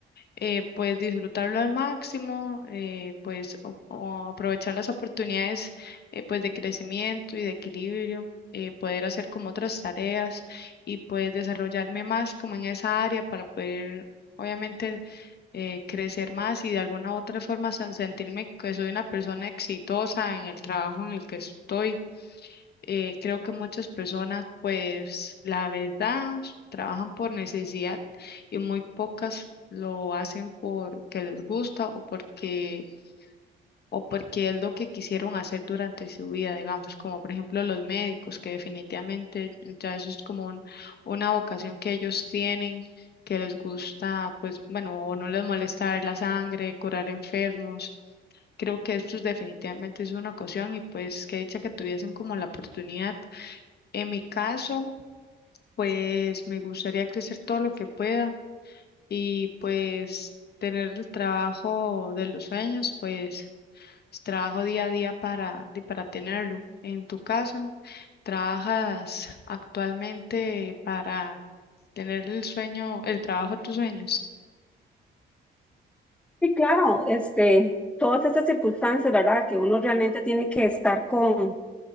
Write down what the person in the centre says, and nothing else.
Y claro, este, todas estas circunstancias, ¿verdad? Que uno realmente tiene que estar con,